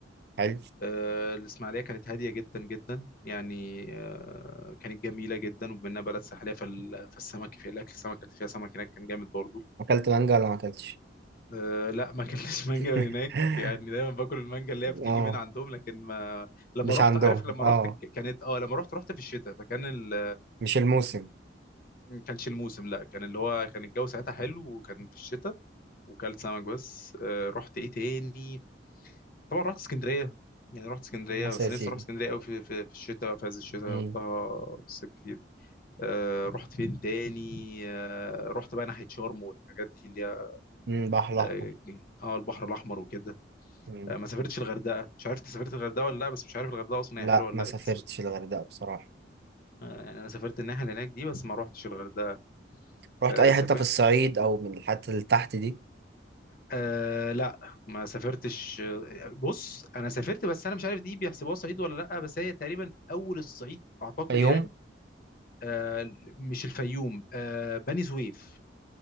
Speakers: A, on the right; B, on the left.
A: حلو
B: آه، الإسماعيلية كانت هادية جدا جدا يعني آه، كانت جميلة جدا وبما إنها بلد ساحلية فال- فالسمك في الأكل السمك اللي فيها سمك هناك كان جامد برضو
A: اكلت مانجا ولا ما اكلتش
B: آه، لا ما كانش <laughs> مانجا
A: <laughs>
B: من هناك يعني دايما باكل المانجا اللي هي بتيجي
A: اه
B: من عندهم لكن ما لما
A: مش
B: رحت
A: عندهم
B: عارف لما
A: اه
B: رحت ك- كانت اه لما رحت رحت في الشتاء فكان ال...
A: مش الموسم
B: ما كانش الموسم لا كان اللي هو كان الجو ساعتها حلو وكان في الشتاء وكلت سمك بس آه، رحت ايه تاني طبعا رحت اسكندريه يعني رحت اسكندريه
A: بس
B: بس
A: يا سيدي
B: نفسي اروح اسكندريه قوي في في في الشتاء بقى في عز الشتاء رحتها
A: امم
B: في الصيف كتير آه رحت فين تاني آه رحت بقى ناحيه شرم والحاجات دي اللي هي
A: امم بحر الاحمر
B: اه آه، البحر الاحمر وكده
A: مم.
B: آه ما سافرتش الغردقه مش عارف انت سافرت الغردقه ولا لا بس مش عارف الغردقه اصلا
A: لا
B: هي حلوه ولا
A: ما
B: لا
A: سافرتش
B: انت س-
A: الغردقة بصراحة
B: آه يعني انا سافرت الناحيه اللي هناك دي بس ما روحتش الغردقه
A: رحت
B: آه
A: اي
B: سافرت
A: حتة في الصعيد او من الحتة اللي تحت دي
B: آه لا ما سافرتش آه، بص انا سافرت بس انا مش عارف دي بيحسبوها صعيد ولا لا بس هي تقريبا اول الصعيد اعتقد
A: فيوم
B: يعني آه مش الفيوم آه بني سويف